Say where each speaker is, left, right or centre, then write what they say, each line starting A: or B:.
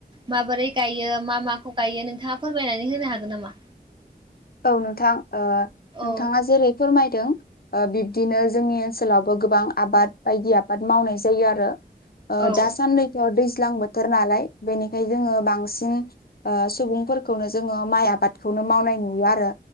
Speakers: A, on the right; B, on the left.
A: माबोरै गायो मा माखौ गायो नोंथाङा फोरमायनानै होनो हागोन नामा
B: औ नोंथां ओ नोंथाङा
A: औ
B: जेरै फोरमायदों ओ बिब्दिनो जोंनि ओनसोलावबो गोबां आबाद बायदि आबाद मावनाय जायो आरो ओ
A: औ
B: दासानदैथ' दैज्लां बोथोर नालाय बेनिखाय जोङो बांसिन ओ सुबुंफोरखौनो जोङो माइ आबादखौनो मावनाय नु नुयो आरो